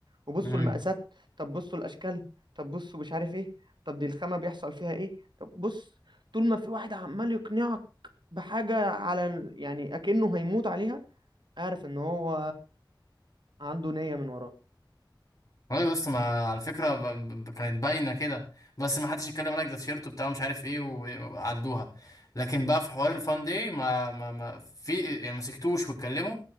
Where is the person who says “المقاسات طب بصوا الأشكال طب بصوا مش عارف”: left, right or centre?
Right